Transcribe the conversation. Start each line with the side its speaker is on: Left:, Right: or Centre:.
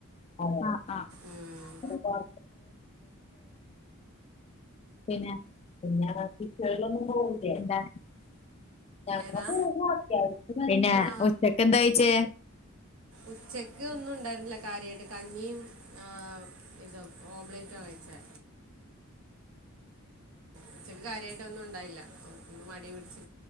Left: ആഹ് ആഹ്
Right: ഉം.
Left: <unintelligible> പിന്നെ <unintelligible> എന്താണ് <unintelligible>
Right: ഏതാ
Left: പിന്നെ
Right: ആ
Left: ഉച്ചക്ക്‌ എന്താ കയിച്ചേ
Right: ഉച്ചക്ക് ഒന്നും ഉണ്ടായിരുന്നില്ല കാര്യായിട്ട് കഞ്ഞിയും ആഹ് ഇതും ഓംലെറ്റ കയിച്ചേ ഉച്ചക്ക് കാര്യമായിട്ടൊന്നും ഉണ്ടായില്ല മടി പിടിച്ച്